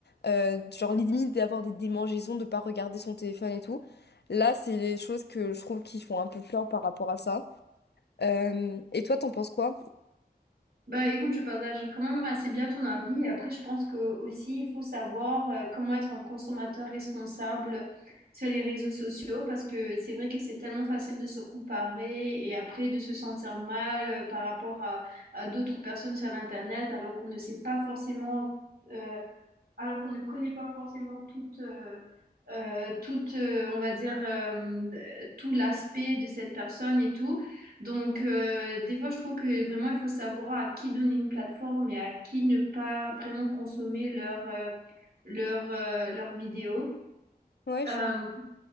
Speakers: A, on the left (about 85°); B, on the right (about 65°).
A: euh, genre limite d'avoir des démangeaisons, de pas regarder son téléphone et tout. Là, c'est les choses que je trouve qui font un peu peur par rapport à ça. Euh, et toi, t'en penses quoi?
B: Bah écoute, je partage quand même assez bien ton avis. Après, je pense que aussi il faut savoir euh, comment être un consommateur responsable sur les réseaux sociaux parce que c'est vrai que c'est tellement facile de se comparer et après de se sentir mal euh, par rapport à, à d'autres personnes sur l'internet alors qu'on ne sait pas forcément euh, alors qu'on ne connaît pas forcément toute, euh, euh, toute euh, on va dire, euh, tout l'aspect de cette personne et tout. Donc, euh, des fois, je trouve que vraiment, il faut savoir à qui donner une plateforme et à qui ne pas vraiment consommer leur, euh, leur, euh, leurs vidéos.
A: Ouais,
B: Euh,
A: je suis...